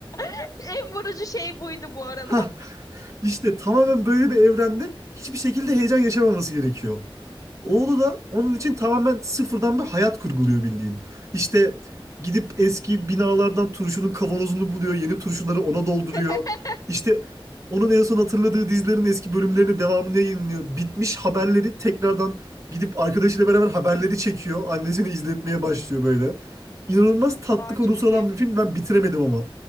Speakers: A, on the left (about 40°); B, on the right (about 35°).
A: <laughs> En vurucu şey buydu bu arada.
B: Ha işte tamamen böyle bir evrende hiçbir şekilde heyecan yaşamaması gerekiyor. Oğlu da onun için tamamen sıfırdan bir hayat kurguluyor bildiğin. İşte gidip eski binalardan turşunun kavanozunu buluyor, yeni turşuları ona dolduruyor.
A: <laughs>
B: İşte onun en son hatırladığı dizilerin eski bölümlerini devamını yayınlıyor. Bitmiş haberleri tekrardan gidip arkadaşıyla beraber haberleri çekiyor. Annesini izletmeye başlıyor böyle. İnanılmaz tatlı
A: Aa
B: konusu
A: çok iyi.
B: olan bir film. Ben bitiremedim ama.